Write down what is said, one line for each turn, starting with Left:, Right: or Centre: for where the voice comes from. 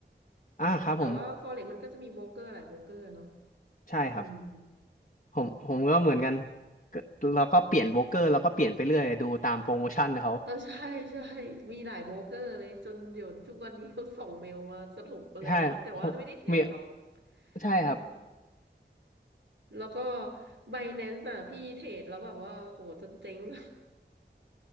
Left: อ่าครับผม
Right: แต่ว่า Forex มันก็จะมีโบรกเกอร์หลายโบรกเกอร์เนาะ
Left: ใช่ครับ
Right: อืม
Left: ผมผมก็เหมือนกันก็เราก็เปลี่ยนโบรกเกอร์แล้วก็เปลี่ยนไปเรื่อยดูตามโปรโมชั่นเขา
Right: เออ <laughs> ใช่ใช่มีหลายโบรกเกอร์เลยจนเดี๋ยวทุกวันนี้เขาส่งเมลมาสรุปอะไรไม่รู้แต่ว่าไม่ได้เทรดหรอก
Left: ใช่ผมมีใช่ครับ
Right: อืมแล้วก็ Binance อ่ะพี่เทรดแล้วแบบว่าโหจนเจ๊ง <laughs>